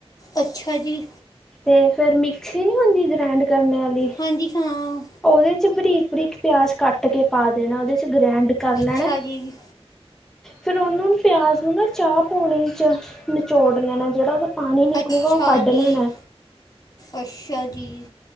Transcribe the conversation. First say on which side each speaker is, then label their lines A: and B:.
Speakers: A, on the left; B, in the centre.
A: ਅੱਛਾ ਜੀ।
B: ਤੇ ਫੇਰ ਮਿਕਸੀ ਨੀ ਹੁੰਦੀ ਗ੍ਰੈਂਡ ਕਰਨੇ ਆਲੀ
A: ਹਾਂਜੀ ਹਾਂ
B: ਔਦੇ ਚ ਬਰੀਕ ਬਰੀਕ ਪਿਆਜ਼ ਕੱਟ ਕੇ ਪਾ ਦੇਣਾ ਓਦੇ 'ਚ ਗ੍ਰੈਂਡ ਕਰ
A: ਅੱਛਾ
B: ਲੈਣੈ।
A: ਜੀ
B: ਫੇਰ ਔਨੂੰ ਪਿਆਜ ਨੂੰ ਨਾ ਚਾਹ ਪੋਣੀ ਚ ਨਚੋੜ ਲੈਣੈ। ਜੇੜਾ ਓਦਾ ਪਾਣੀ ਨਿਕਲੂਗਾ,
A: ਅੱਛਾ
B: ਓਹ ਕੱਢ
A: ਜੀ
B: ਲੈਣਾ।
A: ਅੱਛਾ ਜੀ।